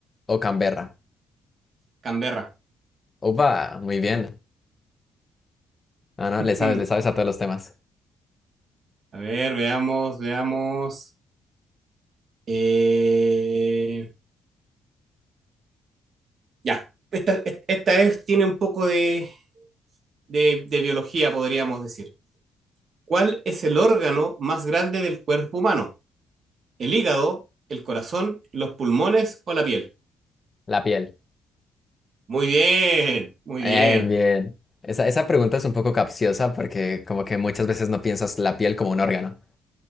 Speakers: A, on the left; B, on the right.
A: o Canberra?
B: Canberra.
A: Opa, muy bien. No, no,
B: Mm.
A: le sabes, le sabes a todos los temas.
B: A ver, veamos, veamos. Eh, ya, esta, esta es- tiene un poco de, de de biología, podríamos decir. ¿Cuál es el órgano más grande del cuerpo humano? el hígado, el corazón, los pulmones o la piel.
A: La piel.
B: Muy bien, muy
A: Bien,
B: bien.
A: bien. Esa, esa pregunta es un poco capciosa porque como que muchas veces no piensas la piel como un órgano.